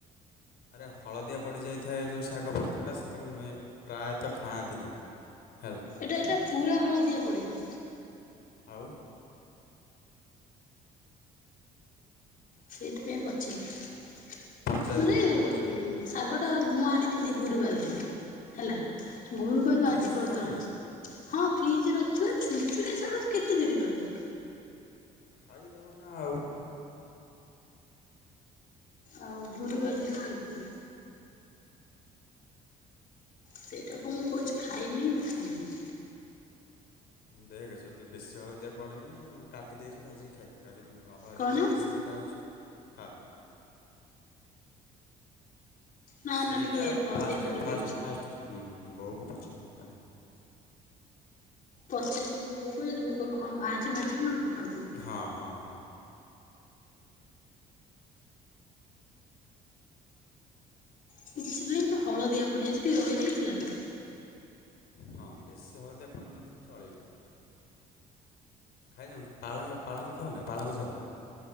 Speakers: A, on the left (about 70°); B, on the left (about 55°).
A: ଆରେ ହଳଦିଆ ପଡ଼ିଯାଇଥାଏ ଯେଉଁ ଶାଗ ପତ୍ରଟା ସେଟାକୁ <unintelligible> ପ୍ରାୟତଃ ଖାଆନ୍ତି ନାହିଁ। ହେଲା।
B: ଏଟା ଏଟା ପୁରା ହଳଦିଆ ପଡିନି।
A: ଆଉ।
B: ସେଇଥିପାଇଁ ପଚାନ୍ତ
A: ପଚାରିବୁ
B: ମାନେ
A: ବୋଉକୁ ପଚାରିକି
B: ଆଗଟା ମୁଁ ଆଣିଥିଲି ଗୁରୁବାର ଦିନ ହେଲା ଗୁରୁବାରୁ
A: ଫ୍ରିଜରେ
B: ଆଜି ପର୍ଯ୍ୟନ୍ତ
A: ରଖୁନୁ
B: ରହିଛି।
A: କି?
B: ହଁ ଫ୍ରିଜରେ ଅଛି ବା ଛୁୁଞ୍ଚୁଣି ସାଗ କେତେ ଦିନ ରହିବ।
A: ଖାଇଦବ ନା ଆଉ।
B: ଆଉ ଗୁରୁବାର ଦିନ ଆଣିଥିଲି। ସେଇଟାକୁ ମୁଁ କହୁଛି ଖାଇମି ନା ଖାଇମିନି।
A: ଦେଖ ଯଦି ବେଶୀ ହଳଦିଆ ପଡ଼ନି କାଟି ଦେଇଛୁ ଭାଜିକି ଖାଇଦି ଆଉ ଯଦି। ହଳଦୀଆ
B: କଣ
A: ଟିକେ ବେଶୀ ଦେଖାହେଉଛି ଖାଆନା।
B: ନା
A: ସେଇଟା
B: ନା ଟିକେ ହଳଦିଆ
A: ଫାଷ୍ଟ
B: ପଡିଯାଇଛି।
A: ଫାଷ୍ଟ ଫାଷ୍ଟ ତ ବୋଉକୁ ପଚାର ହେଲା।
B: ପଚାରିବି ବୋଉକୁ ଯଦି ବୋଉ କହିବ ହଁ ଭାଜ ଭାଜିବି ନହେଲେ ଫୋପାଡ଼ିଦେବି।
A: ହଁ ହଁ ହଁ।
B: କିଛି ନାହିଁ ଟିକେ ହଳଦିଆ ପଡିଯାଇଛି ଟିକେ ରହିଯାଇଥିଲା ତ।
A: ହଁ ବେଶୀ ହଳଦିଆ ପନିନଥିଲା ଚଳିବ। ଖାଇନ ପାଳଙ୍ଗ ପାଳଙ୍ଗ ଖାଉନା ପାଳଙ୍ଗ ଶାଗ।